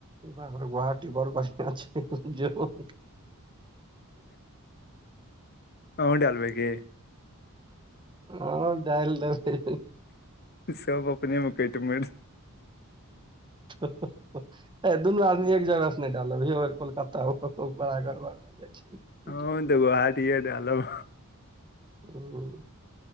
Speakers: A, on the right; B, on the left.
A: बाप रौ गुआहाटी बड़ बढ़ियां छै जेहो
B: अहूँ डालबै की
A: हँ डाइल दैबै
B: सब अपनेमे कटि मरि
A: हेय दुनू आदमी एक जगह से नहि डालब यौ कोलकाता आओर कतौ बड़ा गड़बड़ भे जायछी
B: हमहुँ तऽ गुआहाटीेए डालब
A: हँ